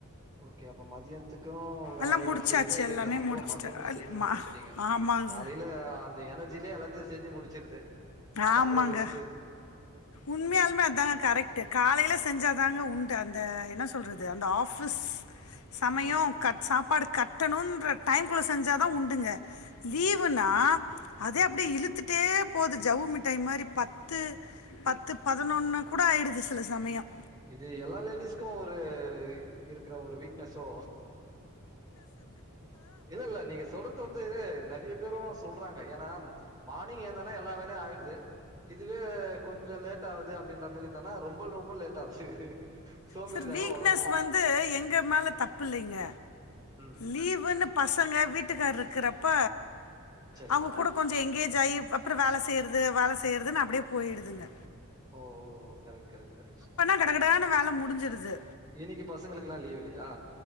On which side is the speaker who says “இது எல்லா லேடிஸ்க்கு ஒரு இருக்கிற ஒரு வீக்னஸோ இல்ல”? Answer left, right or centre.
Right